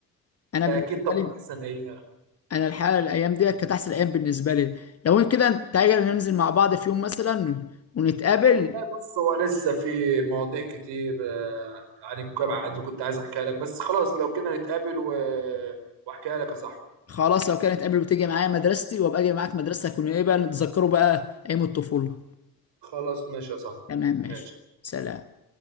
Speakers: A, on the left; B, on the right.
A: انا
B: اكيد
A: بالنسبه
B: طبعا
A: لي
B: احسن ايام
A: انا الحقيقه الايام دي كانت احسن ايام بالنسبه لي لو كده تعالى ننزل مع بعض في يوم مثلا ونتقابل
B: والله بص هو لسه في مواضيع كتير آه، عن الجامعة اللي كنت عايز احكيها لك بس خلاص لو كده نتقابل و... واحكيها لك يا صاحبي
A: خلاص لو كانت قبل بتيجي معايا مدرستي وابقى اجي معاك مدرستك ونبقى نتذكروا بقى ايام الطفولة
B: خلاص ماشي يا صاحبي
A: تمام ماشي
B: ماشي
A: سلام